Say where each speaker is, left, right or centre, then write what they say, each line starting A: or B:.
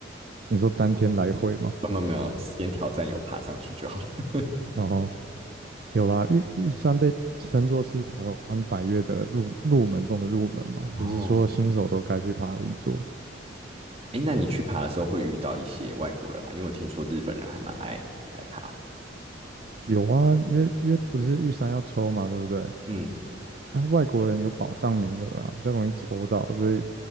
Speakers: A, on the right; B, on the right.
A: 你说当天来回嘛，
B: 没有没有，先挑战有爬上去就好了。<laughs>
A: 然后有啦，玉玉山被称作是台湾百岳的入入门中的入门嘛，
B: 哦，
A: 就是说新手都该去爬的一座。
B: 哎，那你去爬的时候会遇到一些外国人吗？因为我听说日本人还蛮爱来爬的。
A: 有啊，因为因为不是玉山要抽嘛，对不对？
B: 嗯，
A: 但外国人有保障名额啊，比较容易抽到，所以